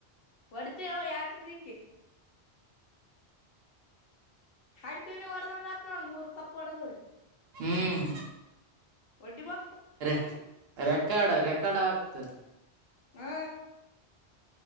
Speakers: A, on the left; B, on the right.
A: ಹೊಡ್ತ ಯಾವ ಯಾಕ್ರಿ ಕೀ ಹಂಟಿವಿನ ಹೊಡದಂಗಾಕ್ ನೋಡ ಮೂರ್ ಕಪ್ ಹೊಡದ್ರೀ
B: ಹ್ಮ್
A: ಒಡ್ಡಿ ಬಾ
B: ರ ರೆಕ್ಕಾಡ ರೆ ಕಡಾಕ್ತ
A: ಹಾ